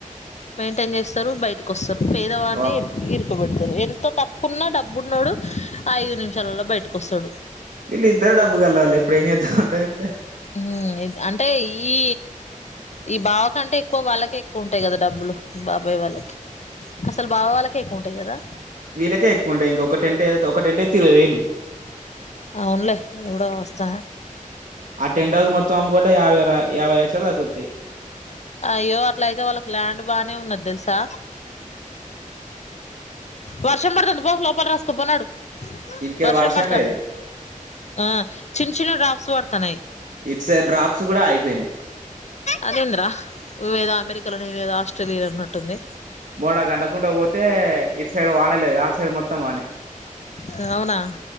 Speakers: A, on the left (about 55°); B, on the right (about 70°).
A: మెయింటైన్ చేస్తారు బయటకొస్తారు. పేర్ దవన్నీర్
B: ఓ
A: ఇరుకోబెడతరు ఎంత తప్పున్నా డబ్బున్నోడు ఐదు నిమిషాలలో బయటకోస్తాడు.
B: వీల్లిద్దరు డబ్బు కల్లోళ్ళే ఇప్పుడేం చేస్తా <unintelligible>
A: ఉమ్ అంటే ఈ ఈ బావ కంటే ఎక్కువ వాళ్ళకే ఎక్కువుంటాయి కదా డబ్బులు బాబాయ్ వాళ్ళకి. అసలు బావ వాళ్ళకే ఎక్కువుంటాయి కదా
B: వీళ్ళకే ఎక్కువుంటాయి ఒక టెన్టయితే ఇరవై వేలు
A: అవునులే ఎవడో వస్తా
B: ఆ టెంట్ హౌస్ మొత్తం అమ్ముకుంటే యాభై ర యాభై లక్షలు థాకుద్దీ
A: అయ్యో అట్లయితే వాళ్ళకి ల్యాండ్ బానే ఉన్నది తెలుసా వర్షం పడతుంది పో లోపల రాసుకోపో నడు
B: ఇటుకెళ్ళి
A: వర్షం పడతాంది
B: లేదు
A: ఆ చిన్న చిన్న డ్రాప్స్ పడతన్నాయ్
B: ఇటు సైడ్ డ్రాప్స్ కూడా అయిపోయినయ్
A: అదేంద్రా నువ్వేదో అమెరికాలో నేనేదో ఆస్ట్రేలియాలో ఉన్నట్టుంది.
B: మోనాకనకుండా పోతే ఇటు సైడ్ వానే లేదు అటు సైడ్ మొత్తం వానే.
A: కావునా